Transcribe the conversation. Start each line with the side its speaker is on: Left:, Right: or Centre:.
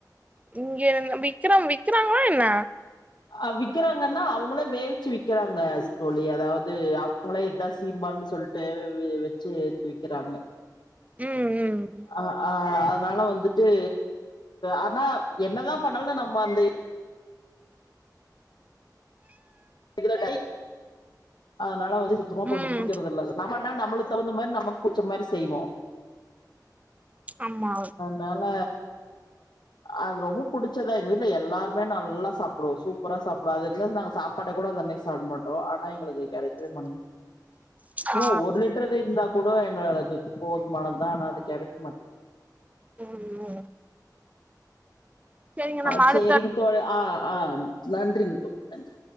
Right: இங்க விக்ரா விக்ராங்களா என்ன
Left: ஆ விக்கிறாங்கனா அவங்களே வேவிச்சு விக்கிறாங்க தோழி அதாவ்து அவங்களே இதா சீம்பால்னு சொல் ட்டு வெச்சு ஏத்து விக்கிறாங்க
Right: ம் ம்
Left: அ ஆ அதனால வந்துட் ட்டு ஆனா என்னதா பண்ணாலு நம்ம அந்த இதுல அதனால வந்து சுத்தமா
Right: ம்
Left: கொஞ்சோ புக்கறது இல்ல நம்மனா நம்மளுக்கு தகுந்த மாரி நமக்கு புச்ச மாரி செய்வோ
Right: ஆமா
Left: னால அது ரொம்ப புடிச்சதா எங்க வீட்டுல எல்லாருமே நல்லா சாப்டுவோ சூப் பரா சாப்டுவோ அது இருந்தா நாங்க சாப்பாடு கூட அன்னைக்கு சாப்ட மாட்டோ ஆனா எங்ளுக்கு கிடைக்கவே மாட்டிங்கு சும்மா
Right: ஆ
Left: ஒரு லிட்ரு இருந்தாக் கூட எங்க அளவுக்கு போதுமானதா ஆனா அது கிடைக்க மாட்டேங்குது
Right: ம் சரிங்க
Left: அ
Right: நம்ம
Left: சேரிங்க
Right: அடுத்த
Left: தோழ ஆ ஆ நன்றிங்க தோ நன்றி